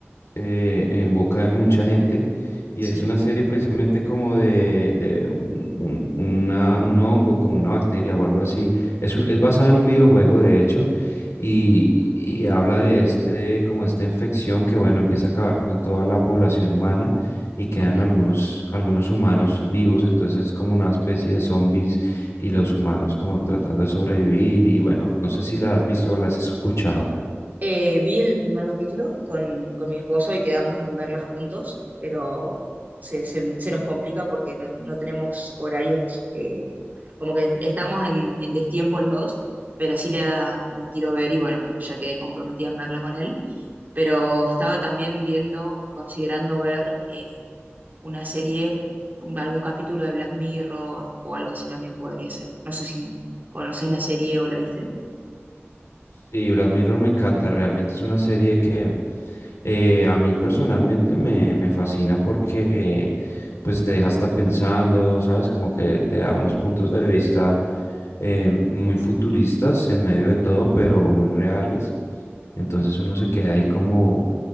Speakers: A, on the left; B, on the right.
A: eh, en boca de mucha gente y
B: Sí,
A: es una serie precisamente como de, de un, un- una- un hongo, como una bacteria o algo así. Es, un- es basada en un videojuego, de hecho, y, y habla de este, como esta infección que, bueno, empieza a acabar con toda la población humana y quedan
B: ok.
A: algunos, algunos humanos vivos, entonces es como una especie de zombies y los humanos como tratando de sobrevivir y bueno, no sé si la has visto o la has escuchado.
B: Eh, vi el primer capítulo con, con mi esposo y quedamos en verla juntos, pero se, se- se nos complica porque no, no tenemos horarios, eh, como que estamos en, en destiempo los dos, pero sí la, la quiero ver y bueno, ya quedé comprometida en verla con él. Pero estaba también viendo, considerando ver eh, una serie, un- algún capítulo de Black Mirror o algo así también podría ser. No sé si conoces la serie o la viste.
A: Sí, Black Mirror me encanta, realmente es una serie que eh, a mí personalmente me, me fascina porque pues te deja hasta pensando, ¿sabes? Como que te da unos puntos de vista eh, muy futuristas en medio de todo, pero muy reales. Entonces uno se queda ahí como